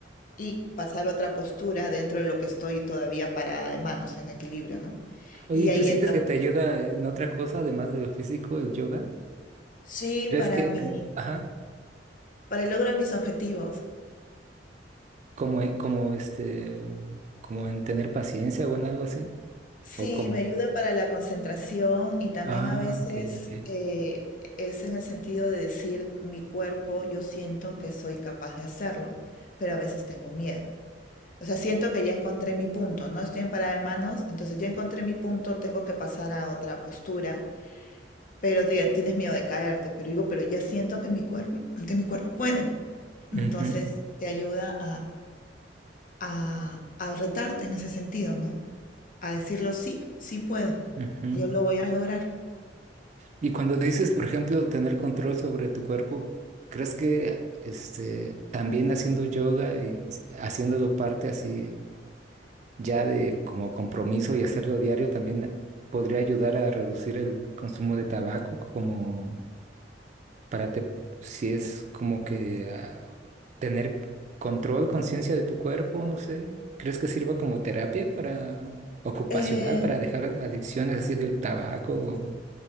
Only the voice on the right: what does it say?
Oye,
¿y
¿tú sientes
que te ayuda en otra cosa además de lo físico, el yoga?
¿Crees
que,
o- ajá,
como, en- como este, como en tener paciencia o en algo así?
¿O cómo?
Ah,
ok, ok.
Ujú,
ujú.
Y cuando dices, por ejemplo, tener control sobre tu cuerpo, ¿crees que este, también haciendo yoga y s- haciéndolo parte así ya de como compromiso y hacerlo diario también podría ayudar a reducir el consumo de tabaco como para te, si es como que ah, tener control, conciencia de tu cuerpo, no sé, ¿crees que sirva como terapia para ocupacional
para dejar adicciones así del tabaco?